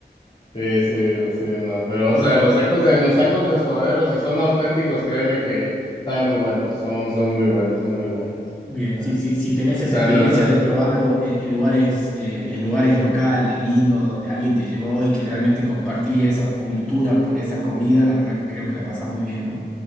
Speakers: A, on the left; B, in the centre.
A: Sí, sí, lo- sí, no. Pero,
B: Yo,
A: o sea, los tacos de, los tacos de suadero, si son auténticos, créeme que saben muy buenos, son, son muy buenos, son muy buenos.
B: bien,
A: Ah.
B: sí, sí, si tenés
A: O
B: esa
A: sea,
B: experiencia
A: no, o sea,
B: de probarlo en, en lugares, eh, en lugares locales, lindos, donde alguien te llevó y que realmente compartí esa cultura por esa comida, la verdad que creo que la pasás muy bien, ¿no?